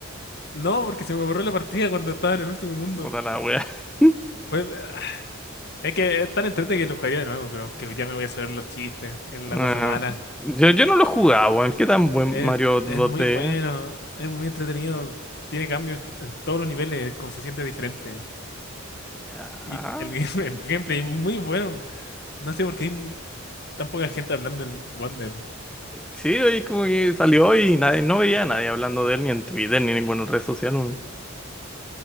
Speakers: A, on the left; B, in the centre.
A: No, porque se me borró la partida cuando estaba en el último mundo.
B: Puta la wea. <laughs>
A: Pues, ah, es que es tan entretenido que lo jugaría de nuevo, pero que ya me voy a saber los chistes. Es la
B: Ah,
A: cosa mala.
B: yo, yo no lo jugaba, weón. ¿Qué tan buen
A: Es,
B: Mario 2D?
A: es muy bueno, es muy entretenido. Tiene cambios en todos los niveles, como se siente diferente.
B: Ajá.
A: Y el game- <laughs> el gameplay es muy bueno. No sé por qué hay tan poca gente hablando del Wonder.
B: Sí, oye, como que salió y nadie, no veía a nadie hablando de él ni en Twitter ni en ninguna red social. weón.